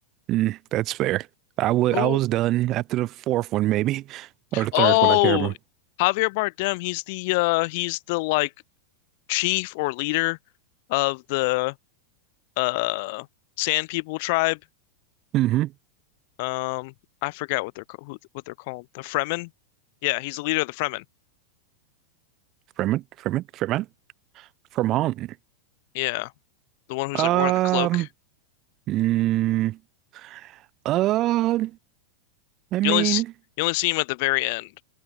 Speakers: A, on the right; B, on the left.
A: Mm, that's fair. I would
B: Who?
A: I was done after the fourth one maybe or the
B: Oh,
A: third one I can't remember.
B: Javier Bardem. He's the uh he's the like chief or leader of the uh Sand People tribe.
A: Mm-hmm.
B: Um, I forgot what they're ca- who, what they're called. The Fremen. Yeah, he's the leader of the Fremen.
A: Fremen, Fremen, Fremen, Fremont.
B: Yeah, the one who's
A: Um.
B: like wearing the cloak.
A: Mm, uh. I mean,
B: You only s- you only see him at the very end,